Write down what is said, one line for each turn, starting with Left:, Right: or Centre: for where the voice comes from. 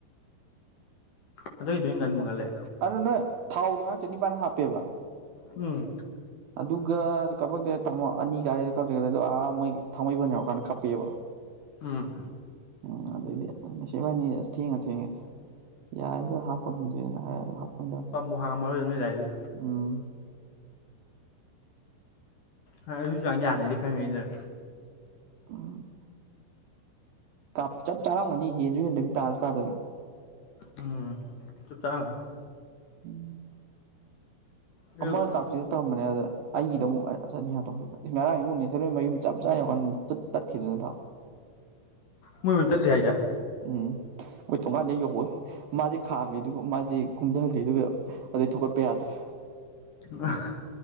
Left: ꯍꯟꯗꯛꯀꯤꯗꯤ ꯉꯟꯕꯨ ꯉꯜꯂꯦ
Right: ꯑꯗꯨ ꯅꯣꯏ ꯊꯥꯎꯗꯣ ꯉꯥꯡ ꯆꯅꯤꯄꯥꯟ ꯍꯥꯞꯄꯦꯕ
Left: ꯎꯝ
Right: ꯑꯗꯨꯒ ꯀꯞꯄꯛꯇꯦ ꯇꯥꯃꯣ ꯑꯅꯤ ꯀꯥꯔꯦꯅ ꯀꯛꯇꯦ ꯑꯗꯨꯒ ꯑꯥ ꯃꯣꯏꯒꯤ ꯊꯥꯡꯃꯩꯕꯟ ꯌꯧꯔꯛꯀꯥꯟꯗ ꯈꯞꯄꯛꯑꯦꯕ
Left: ꯎꯝ
Right: ꯎꯝ ꯑꯗꯩꯗꯤ ꯑꯁ ꯏꯕꯥꯥꯏꯅꯤꯖꯦ ꯊꯦꯡꯒ ꯊꯦꯡꯉꯦ ꯌꯥꯔꯅꯤꯗ ꯍꯥꯞ ꯍꯥꯞꯄꯒꯨꯝꯁꯦꯅ ꯍꯥꯏꯔ ꯍꯥꯞꯐꯟꯗ꯭ꯔꯦ
Left: ꯄꯝꯕꯨ ꯍꯥꯡꯉꯝꯃꯔꯣꯏꯗ ꯅꯣꯏ ꯑꯗꯥꯏꯗꯤ
Right: ꯎꯝ
Left: ꯑ ꯑꯗꯨ ꯆꯥꯡ ꯌꯥꯅꯤꯗꯤ ꯈꯪꯉꯤꯗ
Right: ꯎꯝ ꯀꯥꯞ ꯆꯞ ꯆꯥꯔꯝꯒꯅꯤ ꯍꯦꯟꯖꯨ ꯍꯦꯟꯗꯕꯤ ꯇꯥꯁꯨ ꯇꯥꯗꯕꯤ
Left: ꯎꯝ ꯆꯨꯞ ꯆꯥꯒ꯭ꯔꯦ
Right: ꯎꯝ
Left: ꯑꯗꯨ
Right: ꯑꯃꯒ ꯀꯥꯞ ꯇꯧꯔꯝꯕꯅꯦ ꯑꯗ ꯑꯩꯒꯤꯗ ꯑꯃꯨꯛ ꯑ ꯆꯅꯤ ꯍꯥꯠꯇꯣꯛꯈꯤꯕ ꯉꯔꯥꯡ ꯏꯕꯣ ꯅꯦꯆꯔꯦꯜ ꯃꯌꯨꯝ ꯆꯞ ꯆꯥꯅ ꯌꯧꯔꯀꯥꯟꯗ ꯇꯠꯈꯤꯗꯅ ꯊꯥꯎ
Left: ꯃꯣꯏ ꯃꯌꯨꯝ ꯇꯠꯂꯤ ꯍꯥꯏꯖꯦ
Right: ꯎꯝ ꯍꯣꯏ ꯊꯣꯡꯉꯥꯟꯗ ꯌꯧꯕꯣ ꯃꯥꯁꯦ ꯈꯥꯝꯃꯦ ꯑꯗꯨꯒ ꯃꯥꯁꯦ ꯀꯨꯝꯊꯍꯜꯂꯤ ꯑꯗꯨꯒ ꯑꯗꯨꯗꯩ ꯊꯒꯠꯄ ꯌꯥꯗ꯭ꯔꯦ
Left: ꯑ